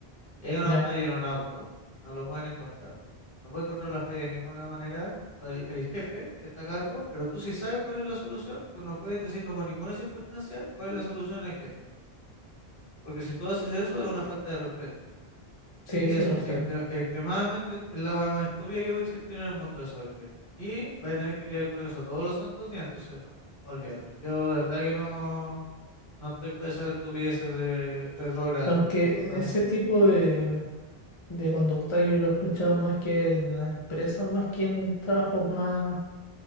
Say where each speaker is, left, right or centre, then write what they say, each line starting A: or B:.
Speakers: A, on the left; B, on the left.
A: y hay una
B: Ya,
A: falla en un auto, no lo pueden encontrar. No puede encontrar la falla de ninguna manera el, el jefe que está a cargo, pero tú sí sabes cuál es la solución, tú no puedes decir bajo ninguna circunstancia cuál es la solución al jefe, porque si tú haces eso es una falta de respeto.
B: sí,
A: Eh,
B: sí
A: es
B: lo sé.
A: extre- extremadamente es la weá más estúpida que puede existir en el mundo esa cuestión. Y vais a tener que lidiar con eso todos los santos días, entonces no, olvídalo. Yo de verdad que no, no estoy para esas estupideces de retrógrada,
B: Aunque
A: de forma de
B: ese
A: pensar.
B: tipo de, de conducta yo lo he escuchado más que en las empresas, más que en trabajos más,